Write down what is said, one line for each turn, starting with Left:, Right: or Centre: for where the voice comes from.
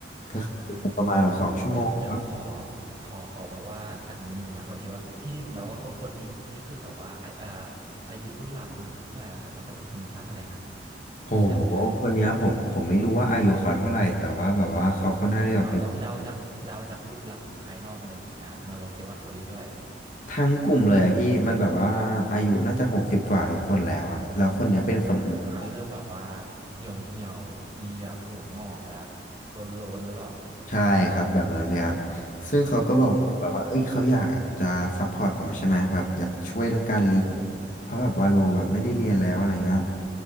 Left: ก็คือประมาณแบบสองชั่วโมงครับ
Right: อ่าเดี๋ยวเดี๋ยวขอขอขอแบบว่าขันนิดนึงนะพอดีว่าพี่ลืมแล้วว่าคนคนนี้นี่คือแบบว่าไอาเอ่ออายุรุ่นราวประมาณเท่าไหร่นะครับแล้วก็เป็นคนชาติอะไรนะ
Left: โห
Right: พี่จำไม่ได้
Left: คนเนี้ยผมผมไม่รู้ว่าอายุเขาเท่าไหร่แต่ว่าแบบว่าเขาค่อนข้างที่จะเป็น
Right: อ่าลองเดาจากเดาจากรูปลักษณ์ภายนอกอะไรอย่างเงี้ยนอโรคิดว่าเขาอายุเท่าไหร่
Left: ทั้งกลุ่มเลยอะพี่มันแบบว่าอายุน่าจะหกสิบกว่าทุกคนแล้วอะแล้วคนเนี้ยเป็นคนอเมริกัน
Right: อ่าเริ่มแบบว่าเหี่ยวเหี่ยวมีแบบหัวงอกแล้วโลนๆหรือเปล่า
Left: ใช่ครับแบบนั้นเลยครับซึ่งเขาก็บอกผมแบบว่าเอ้ยเขาอยากจะซัพพอร์ตผมใช่ไหมแบบอยากช่วยเรื่องการเรียนเพราะแบบว่าโลแบบไม่ได้เรียนแล้วอะไรเงี้ย
Right: อืมอืม